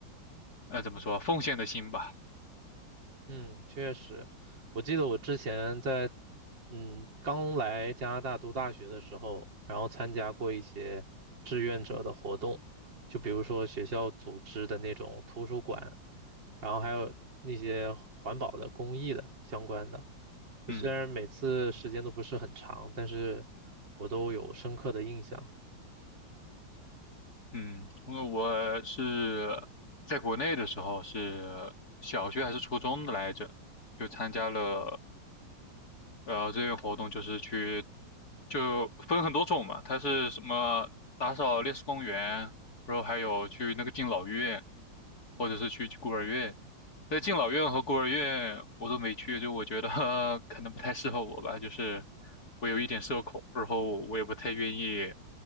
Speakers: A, on the left (about 50°); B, on the right (about 70°).
A: 呃怎么说奉献的心吧，
B: 嗯，确实，我记得我之前在嗯刚来加拿大读大学的时候，然后参加过一些志愿者的活动，就比如说学校组织的那种图书馆，然后还有那些环保的、公益的相关的。就虽然每次时间都不是很长，
A: 嗯
B: 但是我都有深刻的印象。
A: 嗯，因为我是在国内的时候是小学还是初中的来着，就参加了然后志愿活动就是去，就分很多种嘛，它是什么打扫烈士公园，然后还有去那个敬老院，或者是去孤儿院。在敬老院和孤儿院我都没去，就我觉得 <laughs> 可能不太适合我吧，就是我有一点社恐，然后我也不太愿意